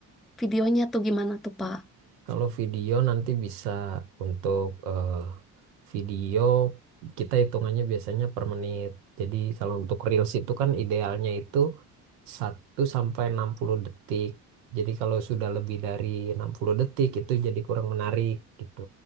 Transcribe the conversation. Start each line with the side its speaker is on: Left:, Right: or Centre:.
Centre: Videonya tuh gimana tuh, Pak?
Right: Kalau video nanti bisa untuk eh, video kita hitungannya biasanya per menit. Jadi kalau untuk Reels itu kan idealnya itu satu sampai 60 detik. Jadi kalau sudah lebih dari 60 detik itu jadi kurang menarik gitu.